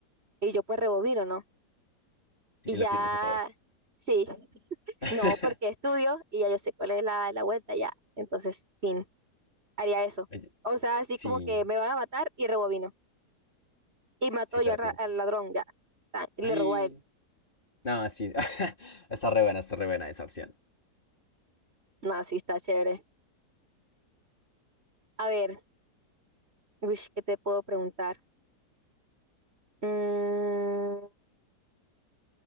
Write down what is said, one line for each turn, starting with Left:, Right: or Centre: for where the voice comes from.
Right: Y yo pues rebobino, ¿no? Y
Left: Y
Right: ya,
Left: lo pierdes otra vez.
Right: sí, <laughs>
Left: <laughs>
Right: no, porque estudio y ya yo sé cuál es la, la vuelta ya. Entonces, tin, haría eso.
Left: Oye,
Right: O sea, así
Left: sí,
Right: como que me van a matar y rebobino. Y mató
Left: sí
Right: yo
Left: te da
Right: al, ra-
Left: tiempo.
Right: al ladrón ya. Tan, Y
Left: Ay,
Right: le robó a él.
Left: no, sí. <laughs> Está re buena, está re buena esa opción.
Right: No, sí, está chévere. A ver, uy, ¿qué te puedo preguntar? Mm,